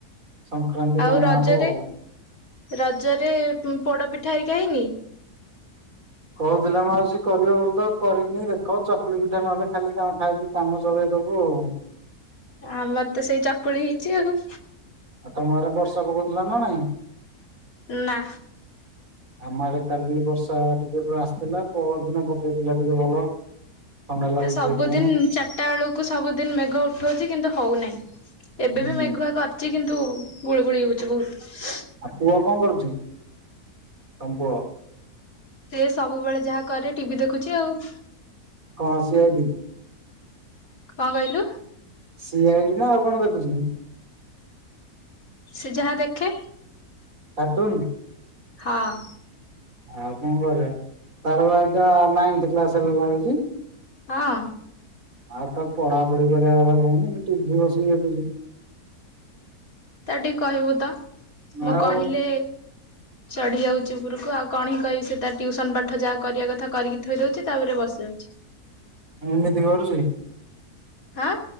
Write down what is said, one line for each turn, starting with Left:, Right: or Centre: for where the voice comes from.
Right: ସଂକ୍ରାନ୍ତିରେ
Left: ଆଉ
Right: ଅଣାହବ
Left: ରଜରେ।
Right: ଆଉ
Left: ରଜରେ ପୋଡ଼ ପିଠା ହେରିକା ହେଇନି।
Right: କହୁଥିଲେ ମାଉସୀ କରିବ ବୋଲି ତ। କରିନି। ଦେଖ ଚକୁଳି ପିଠା ନହେଲେ ଖାଲି, କଣ ଖାଇବି? କାମ ଚଳେଇ ଦେବୁ ଆଉ।
Left: ଆମର ତ ସେଇ ଚକୁଳି ହେଇଛି ଆଉ।
Right: ଆଉ ତମ ଆଡେ ବର୍ଷା ପକଉଥିଲା ନା ନାଇଁ।
Left: ନା
Right: ଆମ ଆଡେ କାଲି ବର୍ଷା ଟିକେ ପୁର ଆସିଥିଲା। ପର ଦିନ ପକେଇଥିଲା ଟିକେ ଭଲ। ଥଣ୍ଡା ଲାଗୁଛି
Left: ସବୁଦିନ।
Right: ସେଇଥିପାଇଁ
Left: ଚାରିଟା ବେଳକୁ। ସବୁଦିନ ମେଘ ଉଠଉଛି, କିନ୍ତୁ ହଉନାହିଁ। ଏବେ
Right: ହୁଁ
Left: ବି ମେଘୁଆ କରିଛି। କିନ୍ତୁ ଗୁଳୁଗୁଳି ହଉଛି ବହୁତ।
Right: ଆଉ ପୁଅ କଣ କରୁଛି। ତମ ପୁଅ।
Left: ସେ ସବୁବେଳେ ଯାହା କରେ। ଟିଭି ଦେଖୁଛି ଆଉ।
Right: କଣ ସିଏବି।
Left: କଣ କହିଲୁ।
Right: ସିଆଇ ନା ଆଉ କଣ ଦେଖୁଛି
Left: ସେ ଯାହା ଦେଖେ
Right: କଟନ
Left: ହଁ
Right: ଆଉ କଣ କରିବା ତାର ବା ଏଟା ନାଇ୍ ଲାଗଛି
Left: ହଁ
Right: ଆଉ ତା ପଢାପଢି କରିବା କଥା କହୁନି ଟିଭି ବସିକି ଦେଖୁଛି
Left: ତା ଟିକେ କହିବୁ ତ ମୁଁ
Right: ଆଉ
Left: କହିଲି ଚଢି ଯାଉଛି ଉପରକୁ ଆଉ କଣ ହିଁ କହିବି ତା ଟଟିଉସନ ପାଠ ଯାହା କରିବା କଥା କରିକି ଥୋଇ ଦଉଛି ତାପରେ ବସିଯାଉଛି
Right: ଁ ଏମିତି କରୁଛି
Left: ହାଁ